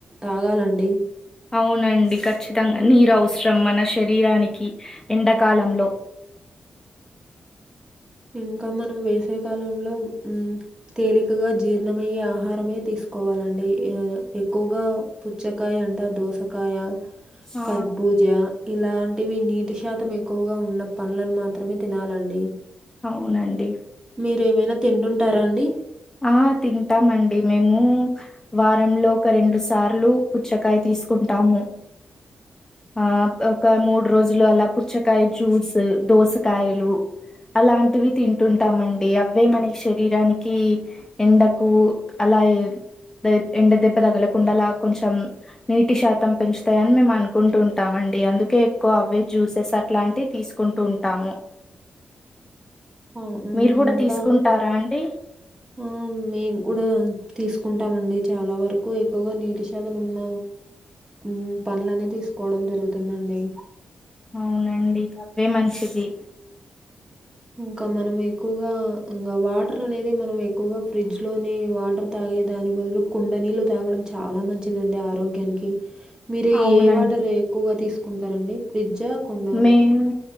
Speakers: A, on the right; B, on the left.
A: తాగాలండి
B: అవునండి ఖచ్చితంగా నీరు అవసరం మన శరీరానికి ఎండాకాలంలో
A: ఇంకా మనం వేసవి కాలంలో ఉమ్ తేలికగా జీర్ణమయ్యే ఆహారమే తీసుకోవాలండి యా ఎక్కువగా పుచ్చకాయ అంట దోసకాయ
B: ఆ
A: కర్బూజ ఇలాంటివి నీటి శాతం ఎక్కువగా ఉన్న పండ్లను మాత్రమే తినాలండి
B: అవునండి
A: మీరు ఏమైనా తింటుంటారా అండి
B: ఆ తింటామండి మేము వారంలో ఒక రెండు సార్లు పుచ్చకాయ్ తీసుకుంటాము. ఆ ప్ ఒక మూడు రోజులు అలా పుచ్చకాయ జ్యూస్ దోసకాయలు అలాంటివి తింటుంటామండి అవే మనకి శరీరానికి ఎండకు అలాయే దెబ్ ఎండ దెబ్బ తగలకుండా అలా కొంచెం నీటి శాతం పెంచుతాయని మేము అనుకుంటు ఉంటాం అండి అందుకే ఎక్కువ అవే జ్యూసెస్ అలాంటివి తీస్ కుంటూ ఉంటాము
A: అవునండి
B: మీరు కూడా
A: ఇంకా
B: తీసుకుంటారా అండి
A: ఆ మేము కూడా తీసుకుంటామండి చాలా వరకు ఎక్కువగా నీటి శా యదము ఉన్న ఉమ్ పండ్లనే తీసుకోవడం జరుగుతుందండి.
B: అవునండి అవే మంచిది
A: ఇంకా మనం ఎక్కువగా ఇంగా వాటర్ అనేది మనం ఎక్కువగా ఫ్రిడ్జ్ లోని వాటర్ తాగే దాని బదులు కుండ నీళ్లు తాగడం చాలా మంచిదండి ఆరోగ్యానికి. మీరు
B: అవునండి
A: ఏ వాటర్ ఎక్కువగా తీసుకుంటారండి ఫ్రిడ్జా కుండ?
B: మేము